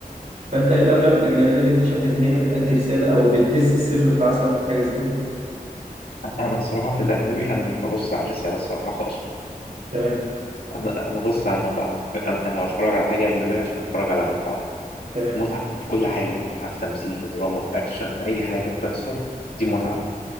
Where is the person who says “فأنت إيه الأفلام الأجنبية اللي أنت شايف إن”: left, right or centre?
Right